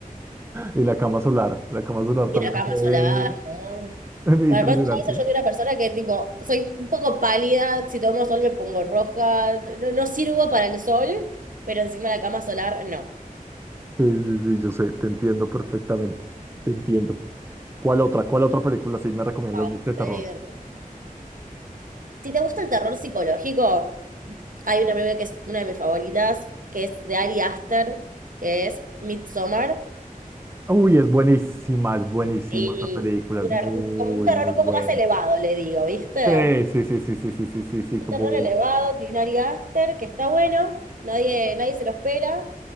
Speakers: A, on the right (about 15°); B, on the right (about 65°).
A: Y la cama solar, la cama solar
B: Y
A: también
B: la cama
A: fue
B: solar, ¿no?
A: <laughs>
B: Para
A: impresionante.
B: más allá de eso, yo soy una persona que, tipo, soy un poco pálida. Si tomo sol me pongo roja. No, no sirvo para el sol, pero encima la cama solar, no.
A: Sí, sí, sí, yo sé, te entiendo perfectamente, te entiendo. ¿Cuál otra? ¿Cuál otra película sí me recomiendas
B: Para
A: mucho de terror?
B: hacer- Si te gusta el terror psicológico... Hay una película que es una de mis favoritas, que es de Ari Aster, que es Midsommar,
A: Uy, es buenísima, es buenísima
B: y
A: esa película,
B: una-
A: es muy,
B: como un terror
A: muy
B: un
A: buena.
B: poco más elevado, le digo, ¿viste?
A: Sí, sí, sí, sí, sí, sí, sí, sí, sí,
B: Un
A: como,
B: terror elevado, tiene Ari Aster, que está bueno, nadie, nadie se lo espera,